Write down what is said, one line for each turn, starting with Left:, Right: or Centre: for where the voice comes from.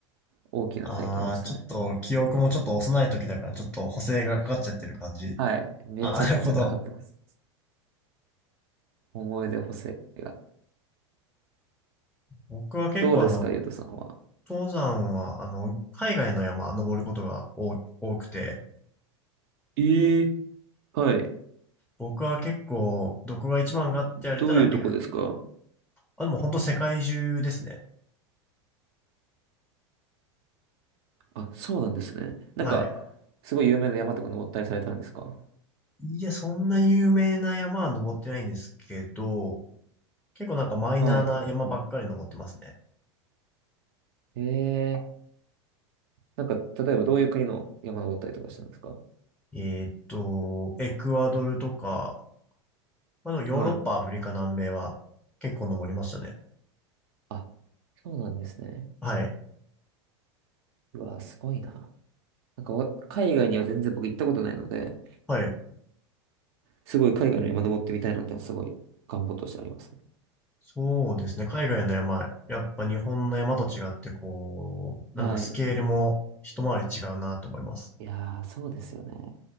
Right: 大きな体験でしたね。
Centre: ああ、ちょっと記憶もちょっと幼い時だからちょっと補正がかかっちゃってる感じ。
Right: はい。めちゃくちゃかかってます。
Centre: ああ、なるほど。
Right: 思い出補正が。
Centre: 僕は結構あの、
Right: どうですか、ゆうとさんは。
Centre: 登山はあの、海外の山登ることが多多くて、
Right: ええ、はい。
Centre: 僕は結構、どこが一番かって言われたら、
Right: どういうとこですか
Centre: エク、あ、でも本当世界中ですね。
Right: あ、そうなんですね。なんか、
Centre: はい。
Right: すごい有名な山とか登ったりされたんですか
Centre: いや、そんな有名な山は登ってないんですけど、結構なんかマイナーな山ばっかり登ってますね。
Right: はい。ええなんか、例えばどういう国の山登ったりとかしたんですか
Centre: えーっと、エクアドルとか、まあでもヨーロッパ、
Right: はい。
Centre: アフリカ、南米は結構登りましたね。
Right: あ、そうなんですね。
Centre: はい。
Right: うわ、すごいな。なんかわ、海外には全然僕行ったことないので、
Centre: はい。
Right: すごい海外の山登ってみたいなってのはすごい願望としてありますね。
Centre: そうですね。海外の山、やっぱ日本の山と違って、こう、
Right: はい。
Centre: なんかスケールも一回り違うなと思います。
Right: いやー、そうですよね。